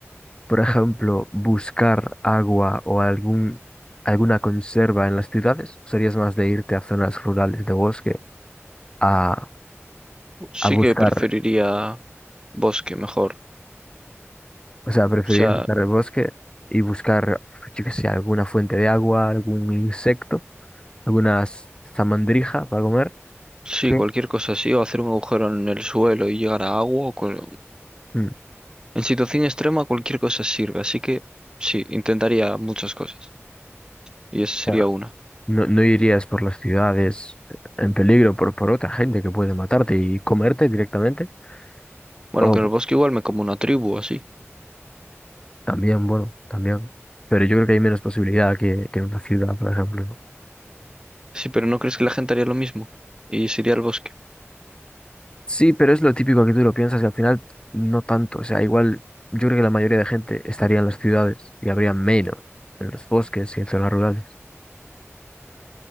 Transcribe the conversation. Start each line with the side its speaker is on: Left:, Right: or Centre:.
Left: Por ejemplo, buscar agua o algún, alguna conserva en las ciudades, serías más de irte a zonas rurales de bosque a, a
Right: Sí
Left: buscar,
Right: que preferiría bosque mejor.
Left: o sea, preferirías
Right: O sea,
Left: buscar el bosque y buscar, yo qué sé, alguna fuente de agua, algún insecto, alguna s- zamandrija para comer,
Right: sí,
Left: que
Right: cualquier cosa así, o hacer un agujero en el suelo y llegar a agua. O cual-
Left: mm, o
Right: En situación extrema, cualquier cosa sirve. Así que sí, intentaría muchas cosas. Y esa
Left: sea,
Right: sería una.
Left: no, no irías por las ciudades en peligro por, por otra gente que puede matarte y comerte directamente.
Right: Bueno,
Left: o
Right: que en el bosque igual me como una tribu así.
Left: También, bueno, también. Pero yo creo que hay menos posibilidad que, que en una ciudad, por ejemplo. ¿no?
Right: Sí, pero ¿no crees que la gente haría lo mismo? Y sería el bosque.
Left: Sí, pero es lo típico que tú lo piensas y al final no tanto. O sea, igual yo creo que la mayoría de gente estaría en las ciudades y habría menos en los bosques y en zonas rurales.